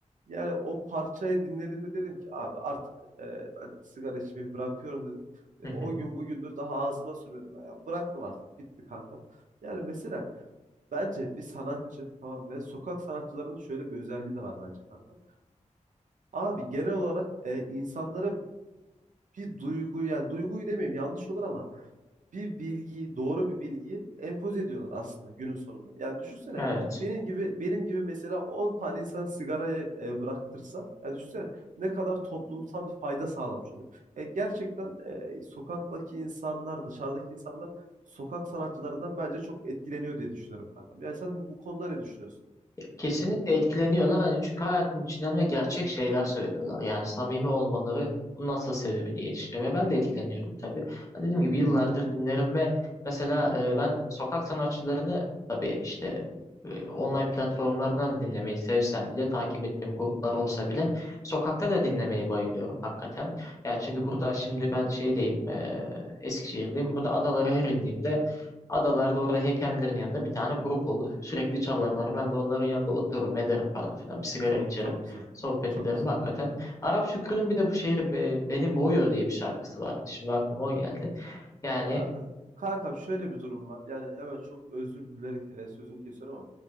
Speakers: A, on the right; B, on the left.
A: Yani o parçayı dinlediğimde dedim ki abi artık e, ben sigara içmeyi bırakıyorum dedim. E,
B: hı
A: o
B: hı, hı hı,
A: gün bugündür daha ağzıma sürmedim. Yani bıraktım artık bitti kankam. Yani mesela Bence bir sanatçı tamam mı? Yani sokak sanatçılarının şöyle bir özelliği de var bence kanka. Abi genel olarak e, insanlara bir duyguyu yani duyguyu demeyeyim yanlış olur ama bir bilgiyi doğru bir bilgiyi empoze ediyorlar aslında günün sonunda. Yani düşünsene
B: Evet.
A: benim gibi benim gibi mesela 10 tane insan sigarayı e, bıraktırsa ya düşünsene ne kadar toplumsal bir fayda sağlamış oluyor. E, gerçekten e, sokaktaki insanlar dışarıdaki insanlar sokak sanatçılarından bence çok etkileniyor diye düşünüyorum kankam. Yani sen bu konuda ne düşünüyorsun?
B: Kesinlikle etkileniyorlar hani çünkü hayatın içinden ve gerçek şeyler söylüyorlar. Yani samimi olmaları bunun asıl sebebi diye düşünüyorum. Ya ben de etkileniyorum tabii. Ha, Dediğim gibi yıllardır dinlerim ve mesela e, ben sokak sanatçılarını tabii işte e, online platformlardan da dinlemeyi sevsem bile takip ettiğim gruplar olsa bile sokakta da dinlemeyi bayılıyorum hakikaten. Ya çünkü burada şimdi ben şeydeyim e, Eskişehir'deyim. Burada adalara her indiğimde Adalarda orada heykellerin yanında bir tane grup olur. Sürekli çalarlar. Ben de onların yanında otururum, ederim falan filan. Bir sigara
A: Çok
B: içerim,
A: çok güzel.
B: sohbet
A: Çok
B: ederim
A: güzel.
B: hakikaten. Arap Şükrü'nün bir de bu şehir be- beni boğuyor diye bir şarkısı vardı. Şimdi aklıma o geldi. Yani
A: Ya kankam şöyle bir durum var. Yani hemen çok özür dilerek e, sözünü kesiyorum ama.